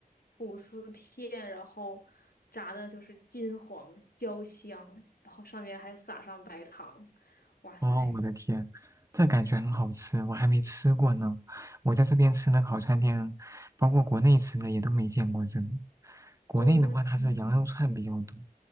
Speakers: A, on the left (about 85°); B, on the right (about 20°).
A: 吐司片，然后炸的就是金黄焦香，然后上面还撒上白糖，哇塞！
B: 哦，我的天，这感觉很好吃，我还没吃过呢。我在这边吃的烤串店，包括国内吃的也都没见过这个。国内的话，
A: 哦，那可能
B: 它是羊肉串比较多，